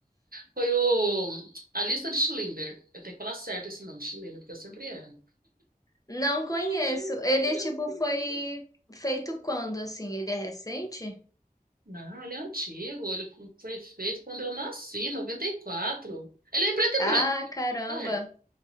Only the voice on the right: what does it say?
Foi o A Lista de Schindler. Eu tenho que falar certo esse nome, Schindler, porque eu sempre erro.
Ai,
ele
é muito lindo.
Não, ele é antigo. Ele foi feito quando eu nasci, em noventa e quatro Ele é em preto e
branco,
na época.